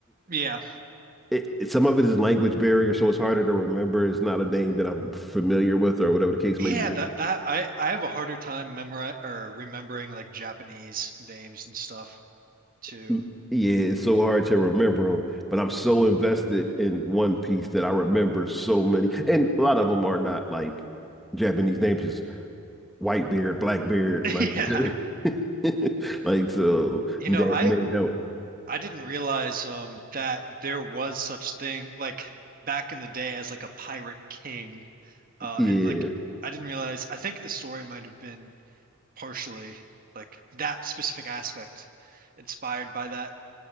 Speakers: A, on the right; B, in the centre.
A: Yeah,
B: It, it- some of it is language barrier, so it's harder to remember. It's not a name that I'm familiar with, or whatever the case
A: yeah,
B: may be.
A: that that I I have a harder time memori or remembering like Japanese names and stuff too.
B: Y- Yeah, it's so hard to remember them, but I'm so invested in One Piece that I remember so many. And a lot of them are not like Japanese names, it's white beard, black beard,
A: <laughs>
B: like
A: Yeah.
B: <laughs> like so
A: You
B: that
A: know, I
B: may help.
A: I didn't realize um that there was such thing like back in the day as like a pirate king. Uh
B: Yeah.
A: and like I didn't realize I think the story might have been partially like that specific aspect inspired by that,